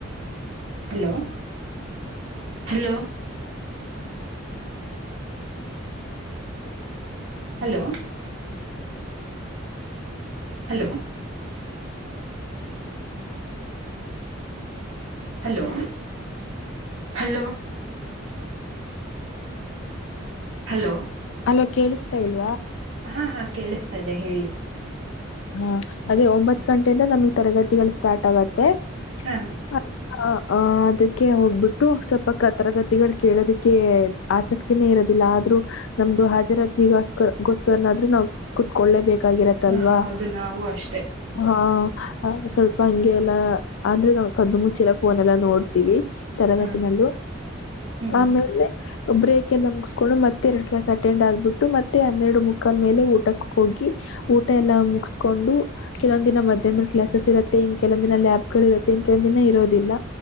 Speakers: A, on the right; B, on the left.
A: hello hello hello hello hello hello hello
B: ಲ್ಲೇ ಕೇಳಿಸ್ತಾ ಇಲ್ಲ
A: ಹಾ ಹಾ ಕೇಳಿಸ್ತದೆ ಹೇಳಿ
B: ಹಾ ಅದೇ ಒಂಬತ್ ಗಂಟೆಯಿಂದ ನಮಗ್ ತರಗತಿಗಳು ಸ್ಟಾರ್ಟ್ ಆಗತ್ತೆ
A: ಹಾ
B: ತ್ತೆ ಅ ಹ ಆ ಅದಕ್ಕೆ ಹೋಗ್ಬಿಟ್ಟು ಸ್ವಲ್ಪ ಕ ತರಗತಿಗಳು ಕೇಳೋದಕ್ಕೆ ಆಸಕ್ತಿನೇ ಇರ ದಿಲ್ಲ ಆದ್ರೂ ನಮ್ದು ಹಾಜರಾತಿಗಸ್ಕ ಗೋಸ್ಕರನಾದ್ರೂ ನಾವು ಕುತ್ಕೊಳ್ಳೇಬೇಕ್ ಕಾಗಿರತ್ತಲ್ವಾ
A: ಹಾ ಹೌದು ನಾವು ಅಷ್ಟೆ
B: ಹಾ ಅ ಸ್ವಲ್ಪ ಹಂಗೆ ಎಲ್ಲಾ ಅಂದ್ರೆ ನಾವು ಕದ್ದು ಮುಚ್ಚೆಲ್ಲ ಫೋನ್ ಎಲ್ಲಾ ನೋಡ್ತೀವಿ. ತರಗತಿನಲ್ಲೂ
A: ಹಾ ಹ್ಮ್
B: ಆಮೇಲೆ ಬ್ರೇಕ್ ಎಲ್ಲ ಮುಗಿಸಸ್ಕೊಂಡು ಮತ್ತೆ ಎರಡ್ ಕ್ಲಾಸ್ ಅಟೆಂಡ್ ಆಗ್ಬಿಟ್ಟು ಮತ್ತೆ ಹನ್ನೆರಡು ಮುಕ್ಕಾಲ್ ಮೇಲೆಊಟಕ್ಕೆ ಹೋಗಿ ಊಟ ಎಲ್ಲಾ ಮುಗಸ್ಕೊಂಡು ಕೆಲವೊಂದ ದಿನ ಮಧ್ಯಾಹ್ನ ಕ್ಲಾಸಸ್ ಇರುತ್ತೆ ಕೆಲವಂದ ದಿನ ಲ್ಯಾಬ್ ಗಳು ಇರುತ್ತೆ. ಕೆಲ್ ದಿನ ಇರೋದಿಲ್ಲ